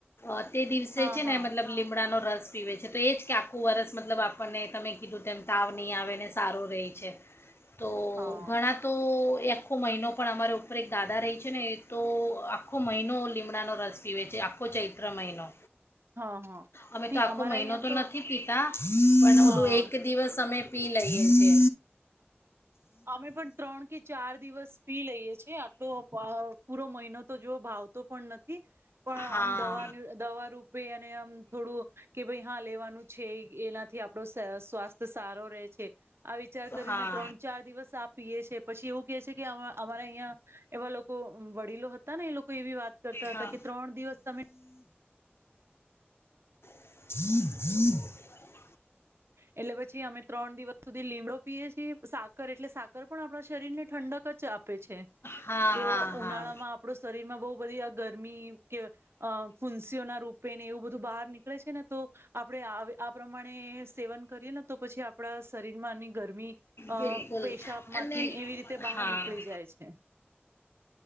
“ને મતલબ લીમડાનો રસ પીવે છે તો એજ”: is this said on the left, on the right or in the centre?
Left